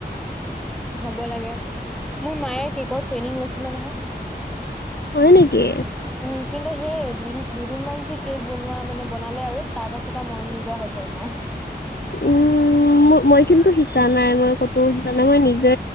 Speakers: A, in the centre; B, on the left (about 70°).
A: হ'ব লাগে। মোৰ মায়ে কেকৰ ট্ৰেইনিং লৈছিলে নহয়।
B: হয় নেকি?
A: উম কিন্তু সেয়ে দুদিন-দুদিনমান যে কেক বনোৱা মানে বনালে আৰু তাৰ পাছৰ পৰা মন নোযোৱা হ'ল মাৰ।
B: উম ম-মই কিন্তু শিকা নাই মই কতো শিকা নাই মই নিজে